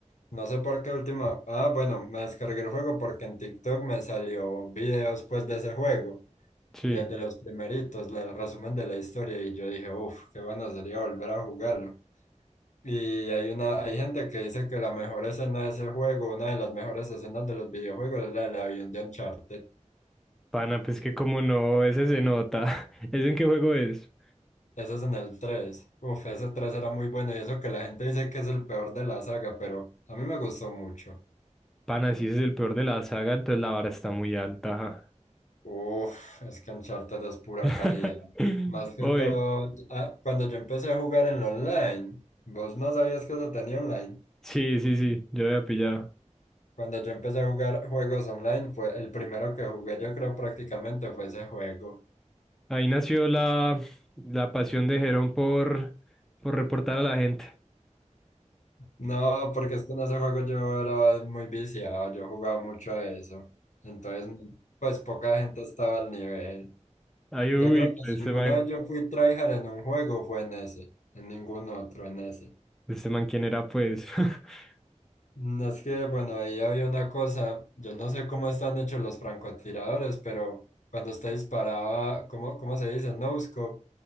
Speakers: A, on the left; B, in the centre.
A: no sé por qué última. Ah, bueno, me descargué el juego porque en TikTok me salió videos pues de ese juego,
B: Sí.
A: desde los primeritos, el resumen de la historia, y yo dije, uff, qué bueno sería volver a jugarlo. Y hay una, hay gente que dice que la mejor escena de ese juego, una de las mejores escenas de los videojuegos, es la del avión de Uncharted.
B: Pana, pues que como no, ese se nota. <laughs> ¿Es en qué juego es?
A: Eso es en el tres Uf, ese 3 era muy bueno y eso que la gente dice que es el peor de la saga, pero a mí me gustó mucho.
B: Pana, si ese es el peor de la saga, entonces la vara está muy alta.
A: Uf, es que Uncharted es pura
B: ajá.
A: calidad.
B: <laughs>
A: Más que
B: Oye,
A: todo, ah, cuando yo empecé a jugar en online, vos no sabías que eso tenía online.
B: sí, sí, sí, yo había pillado.
A: Cuando yo empecé a jugar juegos online, fue el primero que jugué, yo creo prácticamente fue ese juego.
B: Ahí nació la, la pasión de Jerón por, por reportar a la gente.
A: No, porque es que en ese juego yo era muy viciado, yo jugaba mucho a eso. Entonces, pues poca gente estaba al nivel.
B: Ay, uy,
A: Yo creo que
B: pues,
A: si
B: este
A: alguna
B: man,
A: vez yo fui tryhard en un juego fue en ese, en ningún otro, en ese.
B: este man, ¿quién era, pues? <laughs>
A: Mm, Es que, bueno, ahí había una cosa, yo no sé cómo están hechos los francotiradores, pero cuando usted disparaba, ¿cómo, cómo se dice? No scope,